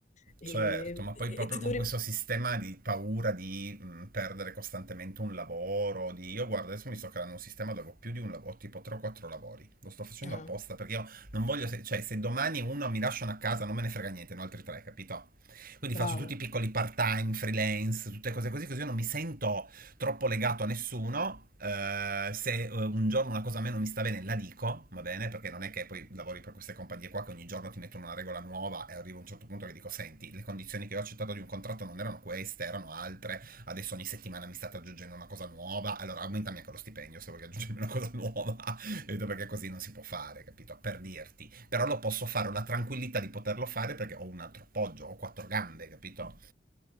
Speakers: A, on the left; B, on the right.
A: e,
B: Certo, ma
A: e
B: poi proprio
A: ti
B: con
A: dovrebbe...
B: questo sistema di paura di mh, perdere costantemente un lavoro, di... Io guarda, adesso mi sto creando un sistema dove ho più di un lavoro, ho tipo 3-4 lavori. Lo sto facendo
A: Ah,
B: apposta perché io non voglio... se- Cioè, se domani uno mi lasciano a casa non me ne frega niente, ne ho altri tre, capito? Quindi
A: bravo.
B: faccio tutti i piccoli part-time, freelance, tutte cose così, così io non mi sento troppo legato a nessuno. eh, se eh, un giorno una cosa a me non mi sta bene, la dico, va bene? Perché non è che poi lavori per queste compagnie qua che ogni giorno ti mettono una regola nuova e arriva a un certo punto che dico: Senti, le condizioni che ho accettato di un contratto non erano queste, erano altre. Adesso ogni settimana mi state aggiungendo una cosa nuova. Allora aumentami anche lo stipendio se vuoi aggiungermi una cosa nuova. <laughs> Capito? Perché così non si può fare, capito? Per dirti. Però lo posso fare, ho la tranquillità di poterlo fare perché ho un altro appoggio, ho quattro gambe, capito?